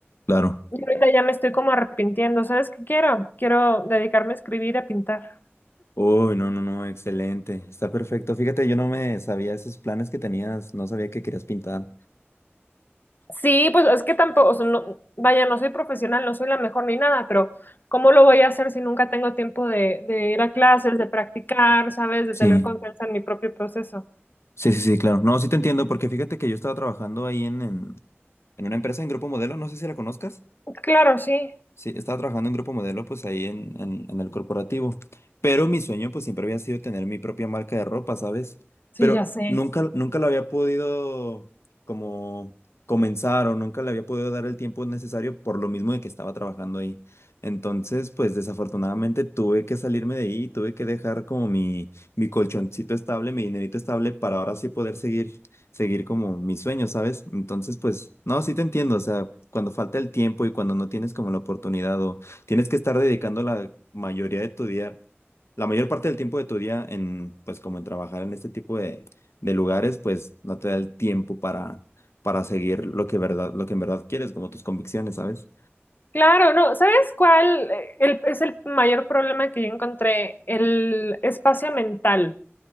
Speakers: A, on the left (about 75°); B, on the left (about 45°).
A: Claro.
B: Y ahorita ya me estoy como arrepintiendo. ¿Sabes qué quiero? Quiero dedicarme a escribir y a pintar.
A: Uy, no, no, no, excelente. Está perfecto. Fíjate, yo no me sabía esos planes que tenías, no sabía que querías pintar.
B: Sí, pues es que tampoco, o sea, no- vaya, no soy profesional, no soy la mejor ni nada, pero ¿cómo lo voy a hacer si nunca tengo tiempo de, de ir a clases, de practicar, ¿sabes? De
A: Sí,
B: tener confianza en mi propio proceso.
A: sí, sí, sí, claro. No, sí te entiendo, porque fíjate que yo estaba trabajando ahí en, en, en una empresa en Grupo Modelo, no sé si la conozcas.
B: Claro, sí,
A: Sí, estaba trabajando en grupo modelo, pues ahí en, en, en el corporativo. Pero mi sueño, pues siempre había sido tener mi propia marca de ropa, ¿sabes?
B: sí,
A: Pero
B: ya sé.
A: nunca, nunca lo había podido como comenzar o nunca le había podido dar el tiempo necesario por lo mismo de que estaba trabajando ahí. Entonces, pues desafortunadamente tuve que salirme de ahí, tuve que dejar como mi, mi colchoncito estable, mi dinerito estable para ahora sí poder seguir seguir como mis sueños, ¿sabes? Entonces, pues, no, sí te entiendo, o sea, cuando falta el tiempo y cuando no tienes como la oportunidad o tienes que estar dedicando la mayoría de tu día, la mayor parte del tiempo de tu día en, pues, como en trabajar en este tipo de, de lugares, pues, no te da el tiempo para, para seguir lo que verdad, lo que en verdad quieres, como tus convicciones, ¿sabes?
B: Claro, no, ¿sabes cuál eh, el- es el mayor problema que yo encontré? El espacio mental.